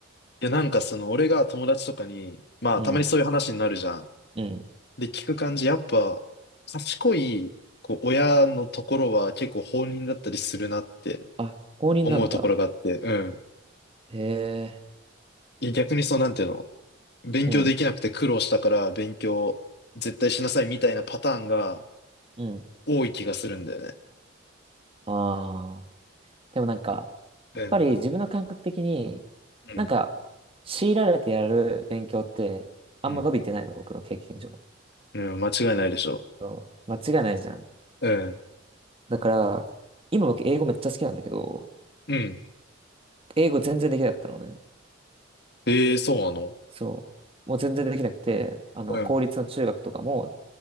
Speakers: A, on the left; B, on the right.
A: いや、なんかその、俺が友達とかに、まあ、
B: うん、
A: たまにそういう話になるじゃん。
B: うん。
A: で、聞く感じ、やっぱ、賢い、こう、親のところは結構放任だったりするなって
B: あ、公認なんだ。
A: 思うところがあって、うん。
B: へえ、
A: いや、逆にその、なんていうの、勉強できなくて苦労したから勉強絶対しなさいみたいなパターンが
B: うん、うん。
A: 多い気がするんだよね。
B: ああ。でもなんか、やっぱり自分の感覚的に、
A: うん。うん。
B: なんか、強いられてやる勉強って、あんま伸びてないの、
A: うん
B: 僕の経験上。
A: うん、間違いないでしょ。
B: そう、間違いないじゃん。
A: うん。
B: だから、今僕英語めっちゃ好きなんだけど、
A: うん。
B: 英語全然できなかったのね。
A: ええ、そうなの
B: そう。もう全然できなくて、あの、
A: うん。
B: 公立の中学とかも、